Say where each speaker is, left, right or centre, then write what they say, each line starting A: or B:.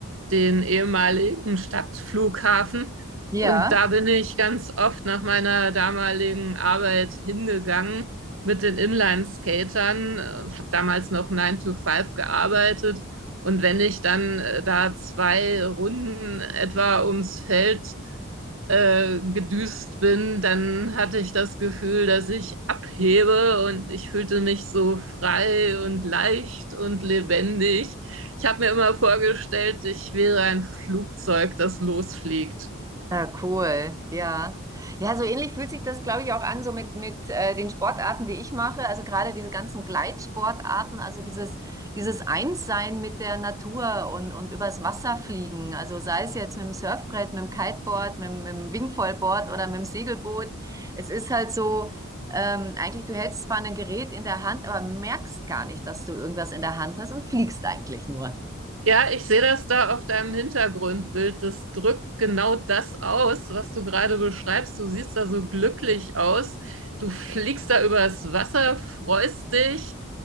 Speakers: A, on the right; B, on the right.
A: den ehemaligen Stadtflughafen.
B: Ja.
A: Und da bin ich ganz oft nach meiner damaligen Arbeit hingegangen mit den Inline-Skatern und habe damals noch Nine to Five gearbeitet und wenn ich dann äh, da zwei Runden etwa ums Feld äh, gedüst bin, dann hatte ich das Gefühl, dass ich abhebe und ich fühlte mich so frei und leicht und lebendig. Ich habe mir immer vorgestellt, ich wäre ein Flugzeug, das losfliegt.
B: Ja, cool, ja. Ja, so ähnlich fühlt sich das, glaube ich, auch an, so mit, mit äh, den Sportarten, die ich mache. Also gerade diese ganzen Gleitsportarten, also dieses, dieses Einssein mit der Natur und, und übers Wasser fliegen. Also sei es jetzt mit dem Surfbrett, mit dem Kiteboard, mit, dem- mit dem Wingfoilboard oder mit dem Segelboot. Es ist halt so, ähm, eigentlich, du hältst zwar ein Gerät in der Hand, aber merkst gar nicht, dass du irgendwas in der Hand hast und fliegst eigentlich nur.
A: Ja, ich sehe das da auf deinem Hintergrundbild. Das drückt genau das aus, was du gerade beschreibst. Du siehst da so glücklich aus. Du fliegst da übers Wasser, freust dich